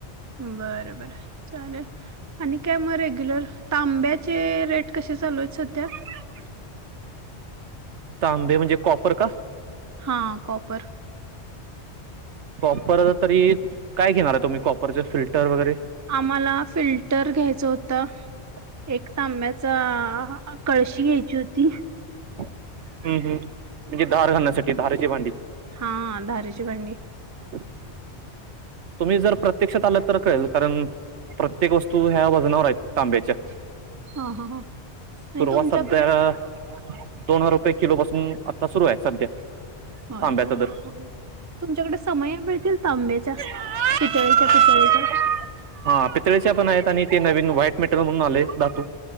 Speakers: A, on the right; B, on the right.
A: बर बर चालेल आणि काय मरे रेग्युलर तांब्याचे रेट कसे चालूयेत सध्या?
B: <unintelligible> तांबे म्हणजे कॉपर का?
A: हा कॉपर
B: कॉपर तरी काय घेणार आहे? तुम्ही कॉपरचे फिल्टर वगैरे
A: आम्हाला फिल्टर घ्यायचं होतं? एक तांब्याचा कळशी घ्यायची होती?
B: हम्म हम्म म्हणजे धार घालण्यासाठी धारेची भांडी.
A: हा धारेची भांडी
B: <unintelligible> तुम्ही जर प्रत्यक्षात आलात तर कळेल, कारण प्रत्येक वस्तू ह्या वजनावर आहेत तांब्याच्या.
A: हा हा ह आणि
B: सुरुवात
A: तुमच्याकडे?
B: सध्या दोन हजार रुपये किलोपासून आता सुरू आहे सध्या.
A: होय
B: तांब्याचा
A: का?
B: दर
A: तुमच्याकडे समया मिळतील तांब्याच्या?
B: <unintelligible>
A: पितळेच्या पितळेच्या
B: हा पितळेच्या पण आहेत आणि ते नवीन व्हाईट मेटेरर म्हणून आलेय धातू.